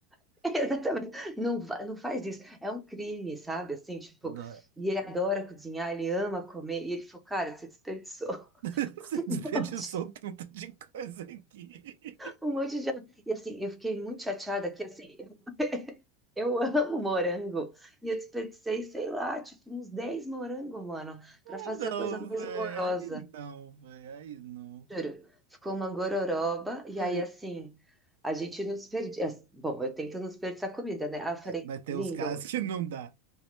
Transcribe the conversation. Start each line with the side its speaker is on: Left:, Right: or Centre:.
Centre: <laughs> Exatamente. Não, fa- não faz isso. É um crime, sabe? Assim, tipo,
Right: Dó-
Centre: e ele adora cozinhar, ele ama comer. E ele falou, cara, você desperdiçou
Right: <laughs>
Centre: <laughs>
Right: Você
Centre: um
Right: desperdiçou
Centre: monte,
Right: um tanto de coisa aqui. <laughs>
Centre: um monte de. E assim, eu fiquei muito chateada que assim, eu, eu amo morango. E eu desperdicei, sei lá, tipo, uns 10 morangos, mano, pra
Right: Ah,
Centre: fazer
Right: não,
Centre: a coisa mais
Right: velho.
Centre: horrorosa.
Right: Aí não, velho. Aí não.
Centre: Juro. Ficou uma gororoba. E
Right: Aí-
Centre: aí, assim, a gente não desperdiça. Bom, eu tento não desperdiçar comida, né? Aí eu falei,
Right: é, Vai ter
Centre: lindo,
Right: uns casos que não dá.